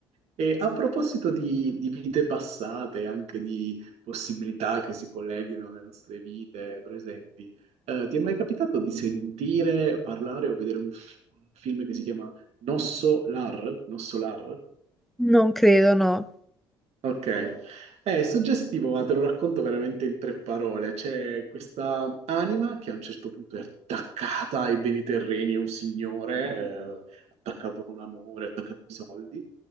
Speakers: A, on the right; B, in the centre.
A: E a proposito di, di vite passate, anche di possibilità che si colleghino alle nostre vite presenti, eh, ti è mai capitato di sentire, parlare o vedere un, f- un film che si chiama Nosso Lar? Nosso Lar?
B: Non credo, no.
A: Ok, è suggestivo, ma te lo racconto veramente in tre parole. C'è questa anima che a un certo punto è attaccata ai beni terreni, è un signore, eh, attaccato a un amore, attaccato ai soldi,